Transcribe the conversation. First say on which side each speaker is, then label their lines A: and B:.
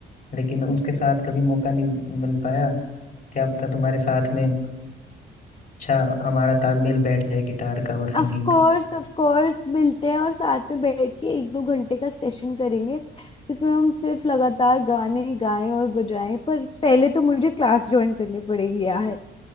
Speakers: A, on the left; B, on the left.
A: लेकिन उसके साथ कभी मौका नहीं मिल पाया क्या पता तुम्हारे साथ में अच्छा हमारा तालमेल बैठ जाए गिटार का और सिंगिंग
B: ऑफ कोर्स
A: का
B: ऑफ कोर्स मिलते हैं और साथ में बैठ के एक दो घंटे का सेशन करेंगे जिसमें हम सिर्फ लगातार गाने गाएं और बजाएं पर पहले तो मुझे क्लास ज्वाइन करनी पड़ेगी यार